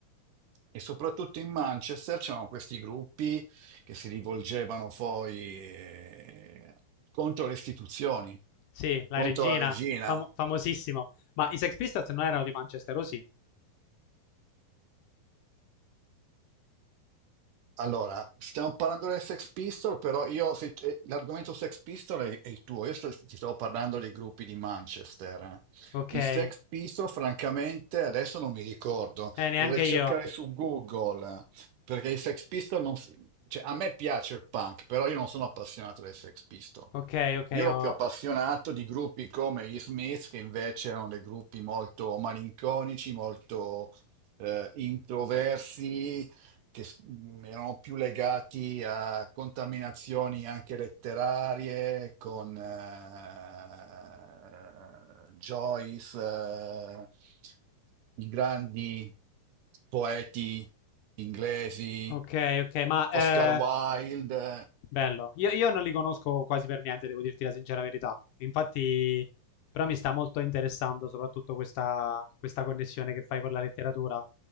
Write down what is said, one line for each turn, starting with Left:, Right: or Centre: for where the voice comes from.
Right: E soprattutto in Manchester c'erano questi gruppi che si rivolgevano poi eh, contro le istituzioni,
Left: Sì, la
Right: contro
Left: regina,
Right: la regina.
Left: famo- famosissimo. Ma i Sex Pistols non erano di Manchester, o sì?
Right: Allora, stiamo parlando delle Sex Pistol, però io se- eh, l'argomento Sex Pistol è, è il tuo, io sto- ti stavo parlando dei gruppi di Manchester. eh.
Left: Ok,
Right: I
Left: eh,
Right: Sex Pistol, francamente, adesso non mi ricordo,
Left: neanche
Right: dovrei cercare
Left: io.
Right: su Google, perché i Sex Pistol non... si- Cioè, a me piace il punk, però io non sono appassionato dei Sex Pistol.
Left: Ok, ok,
Right: Io ero
Left: oh.
Right: più appassionato di gruppi come gli Smiths, che invece erano dei gruppi molto malinconici, molto eh, introversi, che s- erano più legati a contaminazioni anche letterarie con eh, Joyce, eh, i grandi poeti inglesi,
Left: Ok, ok, ma eh,
Right: Oscar Wilde.
Left: bello. Io, io non li conosco quasi per niente, devo dirti la sincera verità. Infatti, però mi sta molto interessando soprattutto questa, questa connessione che fai con la letteratura.